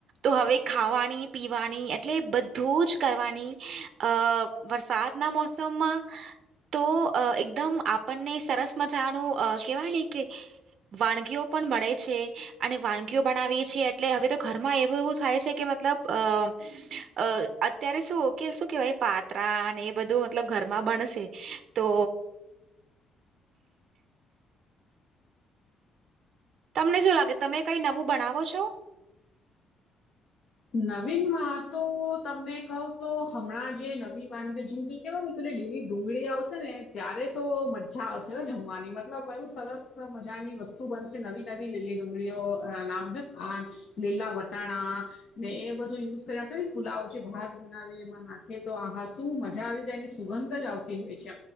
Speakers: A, on the right; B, on the left.
A: તો હવે ખાવાની પીવાની એટલે બધું જ કરવાની અ વરસાદના મોસમમાં તો એકદમ આપણને સરસ મજાનું કેવાય ને કે વાનગીઓ પણ મળે છે અને વાનગીઓ બનાવીએ છીએ એટલે હવે તો ઘરમાં એવું એવું થાય છે કે મતલબ. અ અ અત્યારે શું કે શું. કેવાય પાત્રા ને એ બધું મતલબ ઘરમાં બણશે તો. તમને શું લાગે તમે કઈ નવું બનાવો છો.
B: નવીન માં તો તમને કહ તો હમણાં. જે નવી વાનગી જિંદગી કેવા. લીલી ડુંગળી આવશે ને ત્યારે તો મજા આવશે જમવાની મતલબ એવું સરસ. મજાની વસ્તુ બનશે નવી નવી લીલી ડુંગળીઓ નામ લીલા વ. તણા. ને એ બધું યુઝ કરી આપડેને પુલાવ જે ભાત બનાવે એમાં નાખે તો આા શું મજા આવી જાય એની. સુગંધ જ આવતી હોય છે.